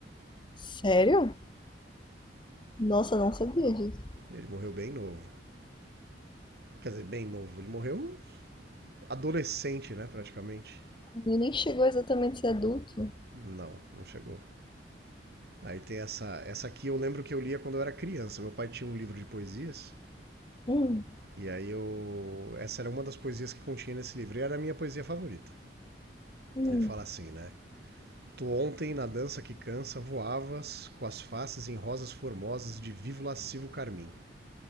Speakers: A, on the left; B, on the right.
A: Sério? Nossa, não sabia disso.
B: Ele morreu bem novo. Quer dizer, bem novo. Ele morreu adolescente, né? Praticamente.
A: Ele nem chegou exatamente a ser adulto.
B: Não, não chegou. Aí tem essa. Essa aqui eu lembro que eu lia quando eu era criança. Meu pai tinha um livro de poesias.
A: Hum,
B: E aí eu. Essa era uma das poesias que continha nesse livro. E era a minha poesia favorita.
A: hum,
B: Ele fala assim, né? Tu ontem, na dança que cansa, voavas com as faces em rosas formosas de vivo lascivo carmim.